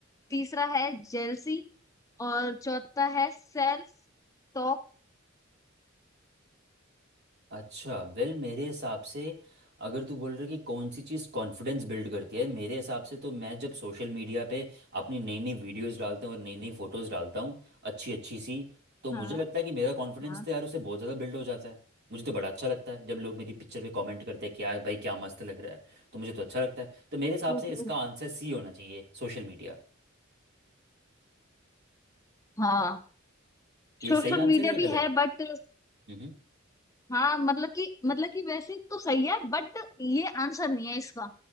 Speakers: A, on the left (about 15°); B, on the right (about 55°).
A: तीसरा है जेलसी और चौथा है सेल्फ टॉक
B: अच्छा वेल मेरे हिसाब से अगर तू बोल रहा है कि कौन सी चीज़ कॉन्फिडेंस बिल्ड करती है मेरे हिसाब से तो मैं जब सोशल मीडिया पे अपनी नई नई वीडियोस डालता हूँ और नई नई फोटोज़ डालता हूँ अच्छी अच्छी सी तो मुझे
A: हाँ
B: लगता है कि मेरा कॉन्फिडेंस
A: हाँ
B: तो यार उससे बहुत ज़्यादा बिल्ड हो जाता है मुझे तो बड़ा अच्छा लगता है जब लोग मेरी पिक्चर पे कमेंट करते हैं कि यार भाई क्या मस्त लग रहा है तो मुझे तो अच्छा लगता है तो मेरे हिसाब
A: हम्म,
B: से इसका
A: हम्म।
B: आंसर सी होना चाहिए सोशल मीडिया
A: हाँ
B: ये
A: सोशल
B: सही आंसर
A: मीडिया
B: है या
A: भी
B: गलत
A: है बट
B: हम्म
A: हाँ मतलब कि मतलब कि वैसे तो सही है बट ये आंसर नहीं है इसका